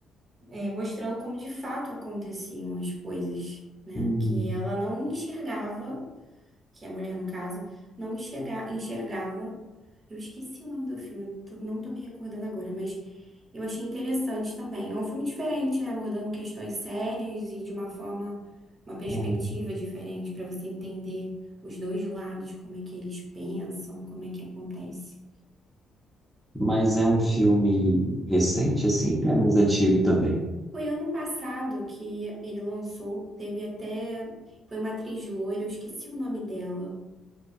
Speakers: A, on the right (about 40°); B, in the centre.
A: é, mostrando como de fato aconteciam as coisas, né?
B: hum,
A: Que ela não enxergava que é a mulher, no caso, não enxerga, enxergava. Eu esqueci o nome do filme, tô- não tô me recordando agora, mas eu achei interessante também. É um filme diferente, né? Abordando questões sérias e de uma forma, uma perspectiva
B: hum.
A: diferente para você entender os dois lados, como é que eles pensam, como é que acontece.
B: mas é um filme recente, assim, é mais antigo também.
A: Foi ano passado que ele lançou, teve até, foi uma atriz loira, eu esqueci o nome dela.